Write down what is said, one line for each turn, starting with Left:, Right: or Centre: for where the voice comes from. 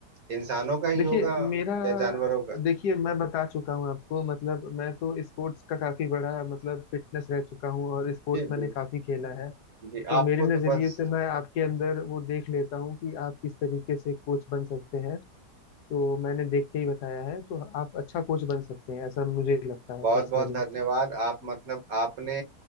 Right: इंसानों का ही
Left: देखिए
Right: होगा
Left: मेरा
Right: या जानवरों का
Left: देखिए मैं बता चुका हूँ आपको मतलब मैं तो स्पोर्ट्स का काफी बड़ा मतलब फिटनेस रह चुका हूँ और स्पोर्ट्स
Right: जी
Left: मैंने
Right: बिल्कुल
Left: काफी खेला है
Right: जी
Left: तो
Right: आपको
Left: मेरे नजरिए
Right: तो बस
Left: से मैं आपके अंदर वो देख लेता हूँ कि आप किस तरीके से कोच बन सकते हैं तो मैंने देख के ही बताया है तो आप अच्छा कोच बन सकते हैं ऐसा मुझे लगता है
Right: बहुत
Left: पर्सनली
Right: बहुत धन्यवाद आप मतलब आपने